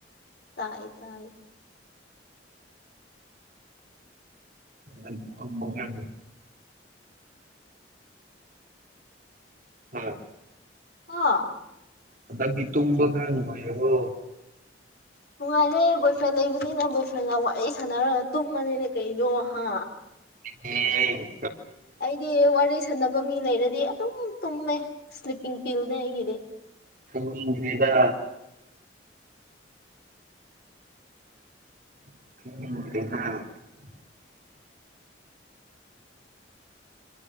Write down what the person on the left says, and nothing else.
ꯇꯥꯏ ꯇꯥꯏ
ꯑꯥ
ꯅꯨꯡꯉꯥꯏꯔꯦ ꯕꯣꯏ ꯐ꯭ꯔꯦꯟ ꯂꯩꯕꯅꯤꯅ ꯕꯣꯏ ꯐ꯭ꯔꯦꯟꯒ ꯋꯥꯔꯤ ꯁꯥꯟꯅꯔꯒ ꯇꯨꯝꯃꯅꯤꯅꯦ ꯀꯩꯅꯣ ꯍꯥ
ꯑꯩꯗꯤ ꯋꯥꯔꯤ ꯁꯅ ꯃꯤ ꯂꯩꯔꯗꯤ ꯑꯗꯨꯝ ꯇꯨꯝꯃꯦ ꯁ꯭ꯂꯤꯞꯄꯤꯡ ꯐꯤꯜꯗꯤ ꯑꯩꯒꯤꯗꯤ